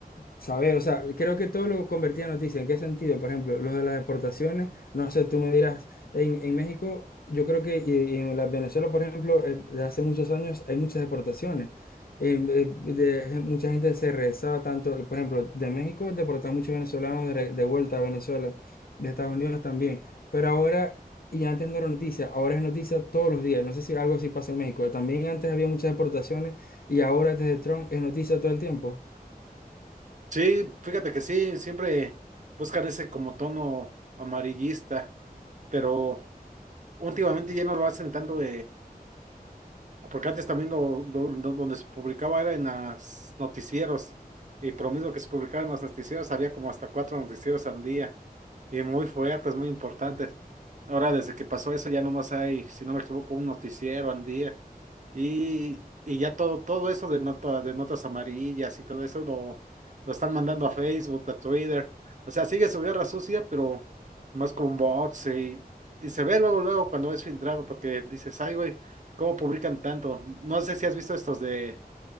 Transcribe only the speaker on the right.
Sí, fíjate que sí, siempre buscan ese como tono amarillista, pero últimamente ya no lo hacen tanto Porque antes también lo- lo- lo- donde se publicaba era en los noticieros. Y por lo mismo que se publicaba en los noticieros, había como hasta cuatro noticieros al día. Y muy fuertes, muy importantes. Ahora, desde que pasó eso, ya nomás hay, si no me equivoco, un noticiero al día. Y, y ya todo, todo eso de nota, de notas amarillas y todo eso lo, lo están mandando a Facebook, a Twitter. O sea, sigue su guerra sucia, pero más con bots y, y se ve luego, luego cuando es filtrado, porque dices, ay, güey. ¿Cómo publican tanto? No sé si has visto estos de,